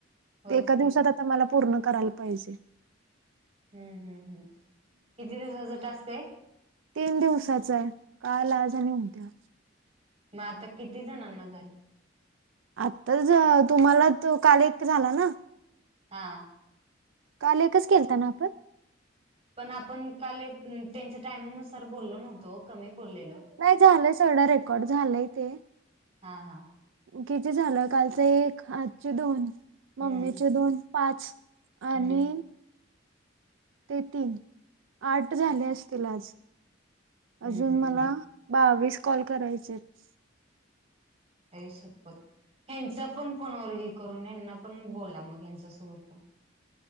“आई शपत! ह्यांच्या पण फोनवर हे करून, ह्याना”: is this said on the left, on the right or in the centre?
Right